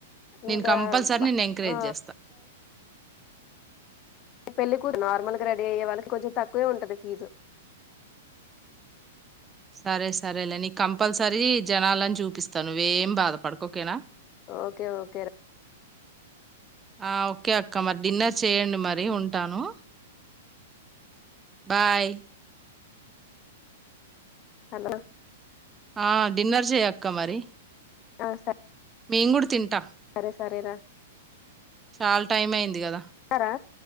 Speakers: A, on the right; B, on the left.
A: నేను
B: ఇంకా
A: కంపల్సరీ నేను ఎంకరేజ్
B: ఆ
A: చేస్తాను
B: పెళ్ళి కూ నార్మల్గా రెడీ అయ్యే వాళ్ళకి కొంచెం తక్కువే ఉంటంది ఫీజు
A: సరే సరేలే నీ కంపల్సరీ జనాలని చూపిస్తాను నువ్వ ఏం బాధపడక ఓకేనా
B: ఓకే ఓకే
A: ఆ ఓకే అక్క మరి డిన్నర్ చేయండి మరి ఉంటాను బాయ్
B: హలో
A: ఆ డిన్నర్ చెయ్యక్క మరి
B: ఆ సరే
A: మేము కూడా తింటాం
B: సరే సరే రా
A: చాలా టైం అయింది కదా
B: తిన్నారా